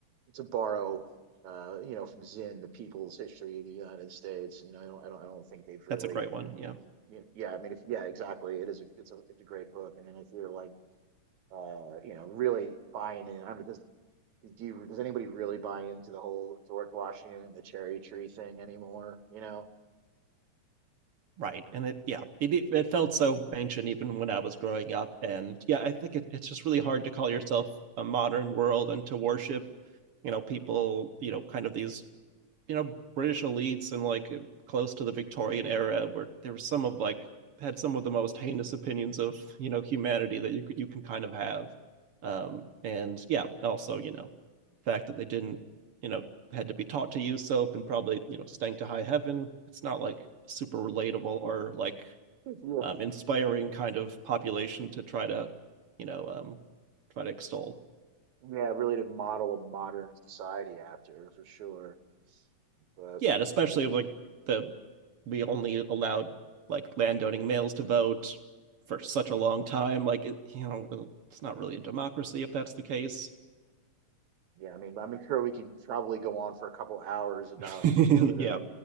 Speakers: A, on the right; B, on the right.
A: to borrow uh you know from Zinn the people's history of the United States you know I don't I don't I don't think they've really
B: that's a great one yeah
A: y- yeah I mean if, yeah exactly it is a, it's a it's a great book and then if you're like uh you know really buying in I mean there's do you, does anybody really buy into the whole George Washington and the cherry tree thing anymore? You know,
B: right and it yeah it it felt so ancient even when i was growing up and yeah i think it, it's just really hard to call yourself a modern world and to worship you know people you know kind of these you know British elites and like close to the Victorian era, where there were some of like had some of the most heinous opinions of you know humanity that you you can kind of have, um, and yeah, also you know, the fact that they didn't you know had to be taught to use soap and probably you know stank to high heaven. It's not like super relatable or like
A: yeah,
B: um, inspiring kind of population to try to you know um, try to extol.
A: yeah, really to model a modern society after for sure. But
B: yeah, and especially like the we only allowed like landowning males to vote for such a long time. Like it, you know, uh, it's not really a democracy if that's the case.
A: yeah, I mean, I'm sure we could probably go on for a couple hours about
B: <laughs>
A: you know the
B: yeah,